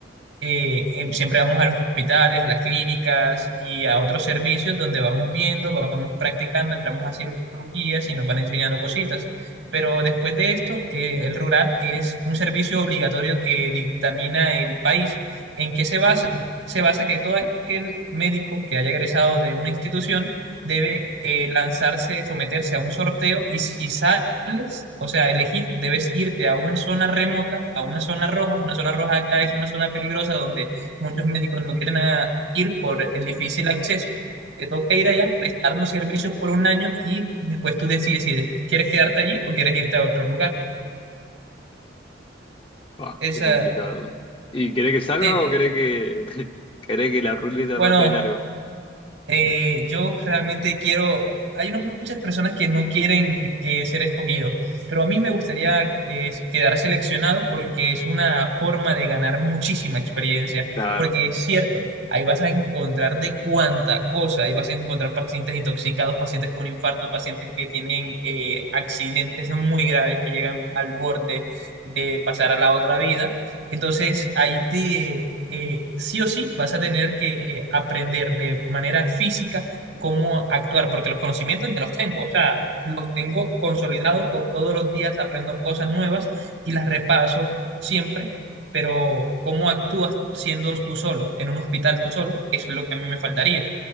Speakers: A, on the right; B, on the left.
A: eh, eh, siempre vamos a los hospitales, a las clínicas y a otros servicios donde vamos viendo, vamos practicando, entramos a cirugías y nos van enseñando cositas. Pero después de esto, eh, el rural es un servicio obligatorio que dictamina el país. ¿En qué se basa? Se basa que todo aquel médico que haya egresado de una institución debe eh, lanzarse, someterse a un sorteo y si sale opcionales, o sea, elegir, debes irte a una zona remota, a una zona roja. Una zona roja acá es una zona peligrosa donde muchos médicos no quieren ah, ir por el difícil acceso. Te toca ir allá, prestar los servicios por un año y después tú decides si des- quieres quedarte allí o quieres irte a otro lugar.
B: ah,
A: Esa,
B: qué complicado. ¿Y querés que salga
A: sí.
B: o querés que, <laughs> querés que la ruleta
A: Bueno,
B: pase de largo?
A: eh, yo realmente quiero, hay unas muchas personas que no quieren eh, ser escogidos, pero a mí me gustaría eh, quedar seleccionado porque es una forma de ganar muchísima experiencia,
B: Claro.
A: porque es cierto, ahí vas a encontrar de cuánta cosa, ahí vas a encontrar pacientes intoxicados, pacientes con infarto, pacientes que tienen eh, accidentes muy graves que llegan al borde de pasar a la otra vida entonces, ahí te, eh, sí o sí vas a tener que aprender de manera física cómo actuar, porque los conocimientos ya los tengo, o sea, los tengo consolidados, con todos los días aprendo cosas nuevas y las repaso siempre, pero cómo actúas siendo tú solo, en un hospital tú solo, eso es lo que a mí me faltaría.